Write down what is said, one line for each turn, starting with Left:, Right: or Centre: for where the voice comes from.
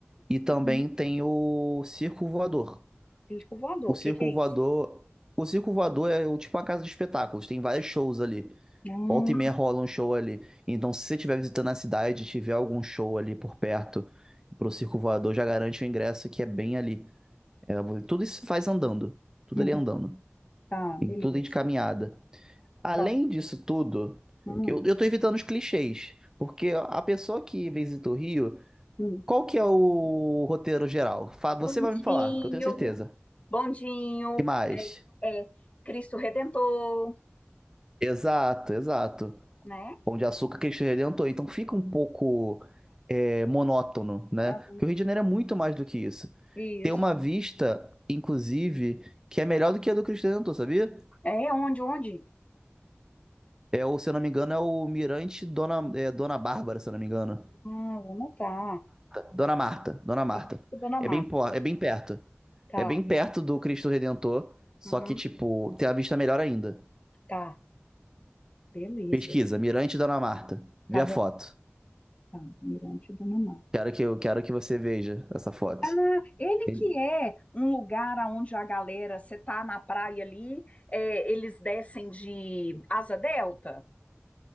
Right: E também
Left: uhum.
Right: tem o Circo Voador.
Left: Circo voador.
Right: O
Left: O
Right: Circo
Left: que que é
Right: Voador,
Left: isso?
Right: o Circo Voador é o- tipo uma casa de espetáculos, tem vários shows ali.
Left: Ah,
Right: Volta e meia rola um show ali. Então, se você estiver visitando a cidade e tiver algum show ali por perto pro Circo Voador, já garante o ingresso que é bem ali. É, vo- tudo isso faz andando. Tudo
Left: uhum.
Right: ali andando.
Left: Tá,
Right: Tem
Left: beleza.
Right: tudo aí de caminhada. Além
Left: Tá.
Right: disso tudo,
Left: Hum,
Right: que eu, eu tô evitando os clichês. Porque a pessoa que visita o Rio,
Left: hum.
Right: Qual que é o roteiro geral? Fa- Você
Left: Bondinho,
Right: vai me falar, que eu tenho certeza.
Left: bondinho,
Right: Que mais?
Left: é, é, Cristo Redentor,
Right: Exato, exato.
Left: né?
Right: Pão de Açúcar, Cristo Redentor. Então fica um pouco é, monótono, né?
Left: Ah,
Right: Porque o Rio de Janeiro é muito mais do que isso.
Left: isso.
Right: Tem uma vista, inclusive, que é melhor do que a do Cristo Redentor, sabia?
Left: É onde, onde?
Right: É, ou, se eu não me engano, é o Mirante Dona, é, Dona Bárbara, se eu não me engano.
Left: Ah, vou anotar.
Right: Dona Marta, Dona Marta.
Left: Mirante Dona
Right: É
Left: Marta.
Right: bem, po- é bem perto.
Left: Tá.
Right: É bem perto do Cristo Redentor, só
Left: Uhum.
Right: que, tipo, tem a vista melhor ainda.
Left: Tá. Beleza.
Right: Pesquisa, Mirante Dona Marta. Vê
Left: Tá
Right: a
Left: bom.
Right: foto.
Left: Tá. Mirante Dona Marta.
Right: Quero que, eu quero que você veja essa foto.
Left: Ah, ele
Right: Ele-
Left: que é um lugar onde a galera, você tá na praia ali, é, eles descem de asa delta.